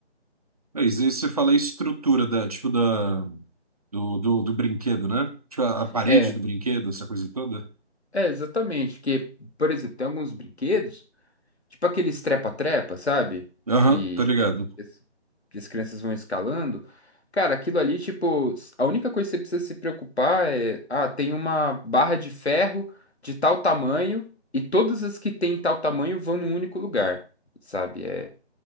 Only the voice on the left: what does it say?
É,
é exatamente, que, por exemplo, tem alguns brinquedos, tipo aqueles trepa-trepa, sabe?
Que,
as- que as crianças vão escalando. Cara, aquilo ali, tipo, s- a única coisa que você precisa se preocupar é, ah, tem uma barra de ferro de tal tamanho e todas as que tem tal tamanho vão num único lugar, sabe? É,